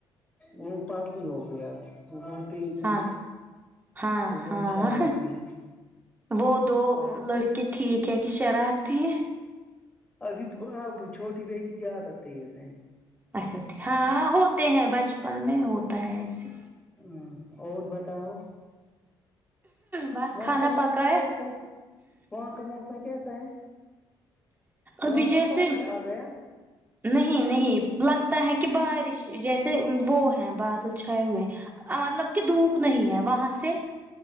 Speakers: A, on the left; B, on the right.
A: وہ پاتلی ہوگی اب وہ بہت تیز ہے
B: ہاں
A: نا
B: ہاں
A: وہ بہت
B: ہاں
A: شرارتی ہے
B: وہ دو لڑکے ٹھیک ہے کہ شرارتی ہیں
A: ابھی ا بوا چھوٹی بیٹی زیادہ تیز ہے
B: اچھا ٹھیک ہاں ہوتے ہیں بچپن میں ہوتا ہے ایسے
A: ہوں اور بتاؤ
B: بس
A: وہاں
B: کھانا
A: کا
B: پکایا
A: موسم کیسا ہے وہاں کا موسم کیسا ہے
B: ابھی
A: وہاں مت
B: جیسے
A: پانی آ گیا
B: نہیں نہیں لگتا ہے کہ بارش جیسے وہ ہیں بادل چھائے ہوئے مطلب کہ دھوپ نہیں ہے وہاں سے